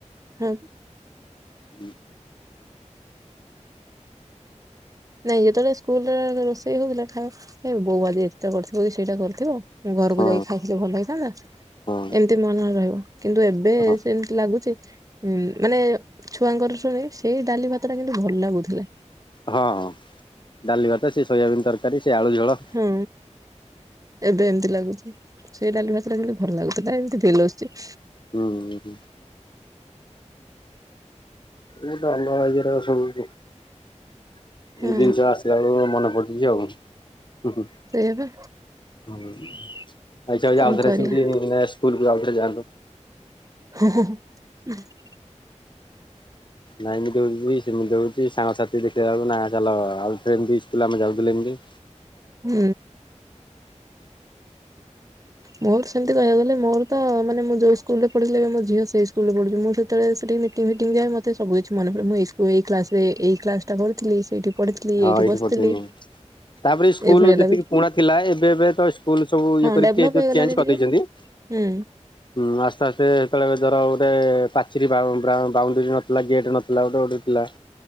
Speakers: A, on the right (about 30°); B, on the left (about 40°).
A: ହଁ।
B: ହୁଁ।
A: ନାଇଁ ଯେତେବେଳେ ସ୍କୁଲରେ ରୋଷେଇ ହଉଥିଲା ଖାଇ ବୋଉ ଆଜି ଏତେ କରିଥିବ କି ସେଇଟା କରିଥିବ ମୁଁ ଘରକୁ
B: ହଁ
A: ଯାଇକି ଖାଇଥିଲେ ଭଲ ହେଇଥାନ୍ତା
B: ହଁ
A: ଏମିତି ମନରେ ରହିବ କିନ୍ତୁ ଏବେ
B: ହଁ
A: ସେ ଲାଗୁଛି ମାନେ ଛୁଆଙ୍କର ଶୁଣି ସେଇ ଡାଲି ଭାତ ଟା କିନ୍ତୁ ଭଲ ଲାଗୁଥିଲା।
B: ହଁ ହଁ ଡାଲି ଭାତ ସେ ସୋୟାବିିନ ତରକାରୀ ସେ ଆଳୁ ଝୋଳ
A: ହୁଁ। ଏବେ ଏମିତି ଲାଗୁଛି ସେଇ ଡାଲି ଭାତଟା କିନ୍ତୁ ଭଲ ଲାଗୁଥିଲା ଏମିତି ଫିଲ ଆସୁଛି।
B: ହୁଁ ହୁଁ। ସ ଡ ସବୁ ଏଇ
A: ହଁ
B: ଜିନିଷ ଆସ <unintelligible> ପିଲାବେଳୁ ମନେ ପଡୁଛି ଆଉ ହୁଁ ହୁଁ।
A: ସେଇଆ ବା
B: ହୁଁ ଇଚ୍ଛା ହଉଛି
A: କଣ
B: ଆଉଥରେ
A: କରିବା
B: ସେମିତି ମାନେ ସ୍କୁଲକୁ ଆଉଥରେ ଯାଆନ୍ତୁ।
A: ହଁ ାହଁା ହଁ ା।
B: ନାଇଁ ଏମିତି ହୋଉଚି ସେମିତ ସାଙ୍ଗସା ଠିକ ଦେଖିଲାବେଳକୁ ନା ଚାଲ ଆଉଥିଲେ ଏମ୍ ତି ସ୍କୁଲ ଆମେ ଯାଉଥିଲେ ଏମିତି
A: ହୁଁ। ମୋର ସେମିତି କହିବାକୁ ଗଲେ ମୋର ତ ମାନେ ମୁଁ ଯୋଉ ସ୍କୁଲ ରେ ପଢିଥିଲି ମୋ ଝିଅ ସେଇ ସ୍କୁଲ ରେ ପଢୁଚି ମୁଁ ସେତେବେଳେ ସେଠି ମି ମିଟିଂ ଫିଟିଂ ଯାଏ ମତେ ସବୁ କିଛି ମନେପଡେ ମୁଁ ଏଇ ସ୍କୁ ଏଇ କ୍ଲାସରେ ଏଇ କ୍ଲାସ୍ ଟା କରିଥିଲି ସେଇଠି ପଢିଥିଲି
B: ହଁ
A: ଏଇଠି
B: ଏଇଟି
A: ବସିଥିଲି
B: ପଠେଇନି। ତାପରେ ସ୍କୁଲ
A: ଏଇଭଳିଆ
B: ଯେତିକି
A: ଲାଗୁ
B: ପୁରୁଣା ଥିଲା ଏବେ ଏବେ ତ ସ୍କୁଲ୍ ସବୁ
A: ହଁ
B: ଇଏ କରି
A: ଡେଭଲପ
B: ଏ ଯୋଉ
A: ହେଇଗଲାଣି
B: ଚେଞ୍ଜ୍ କରିଦେଇଚନ୍ତି
A: ଟିକେ ହୁଁ
B: ହୁଁ ଆସ୍ତେ ଆସ୍ତେ ସେତେବେଳେ ଧର ଗୋଟେ ପାଚିରି ବା ବ୍ରା ବାଉଣ୍ଡରୀ ନଥିଲା ଗେଟ୍ ନଥିଲା ଗୋଟେ ଗୋଟେ ଥିଲା।